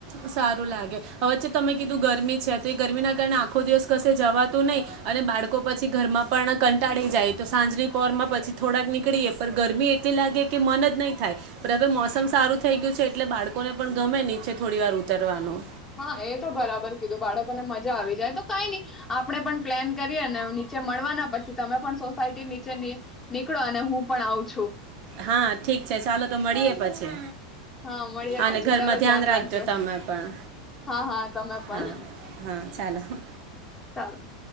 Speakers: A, on the right; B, on the left.
A: સારું લાગે. હવે જે તમે કીધું ગરમી છે તો એ ગરમીના કારણે આખો દિવસ કશે જવાતું નહી, અને બાળકો પછી ઘરમાં પણ કંટાળી જાય, તો સાંજની પોરમાં પછી થોડાક નીકળીએ પણ ગરમી એટલી લાગે કે મન જ નહીં થાય. <unintelligible> હવે મોસમ સારું થઈ ગયું છે એટલે બાળક કોને પણ ગમે નીચે. થોડી વાર ઉતરવાનું.
B: હા એ તો બરાબર કીધું બાળકોને મજા આવી જાય, તો કાઈ નહી આપણે પણ પ્લેન કરીએને નીચે મળવાના, પછી તમે પણ સોસાયટી નીચે ની નીકળો અને હું પણ આવું છું.
A: હા ઠીક છે, ચાલો તો મળીએે પછી.
B: હા મળીએ
A: હા
B: પછી
A: ને ઘરમાં
B: ચાલો ધ્યાન રાખજો.
A: તમે પણ
B: હા, હા તમે પણ.
A: હા હા ચાલો હા.
B: હાલો.